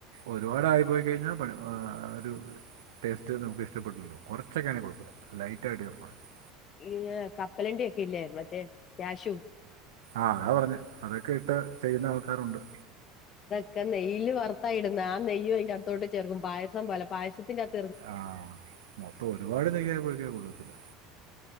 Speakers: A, on the right; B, on the left.
A: ഒരുപാട ആയി പോയി കഴിഞ്ഞാ പണി ആ ഒരു ടേസ്റ്റ് നമുക്ക്ഷ്ടപ്പെടൂല്ലല്ലോ കുറൊക്കെയാണങ്കിൽ കുഴപ്പ ലൈറ്റ് ആയിട്ട് ചേർക്കാണെങ്കിൽ
B: പിന്നെ കപ്പലണ്ടി ഒക്കെ ഇല്ലേ മറ്റേ ക്യാഷു
A: ആ് അതാ പറഞ്ഞ അതൊക്കെ ഇട്ട് ചെയ്യുന്ന ആൾക്കാരുണ്ട്
B: ഒക്കെ നെയ്യില് വറുത്തായി ഇടുന്ന ആ നെയ്യ് അയിന്റെ അകത്തോട്ട് ചേർക്കും പായസം പോല പായസത്തിനകത്ത്
A: ആഹ മൊത്തം ഒരുപാട് നെയ്യ ആയി പോയ കൊള്ളത്തില്ല